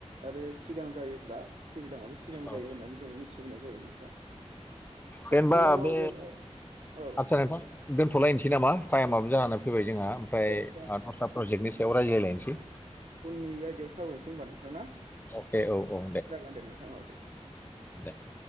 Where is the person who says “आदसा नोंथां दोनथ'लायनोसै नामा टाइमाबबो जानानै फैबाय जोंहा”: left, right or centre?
Left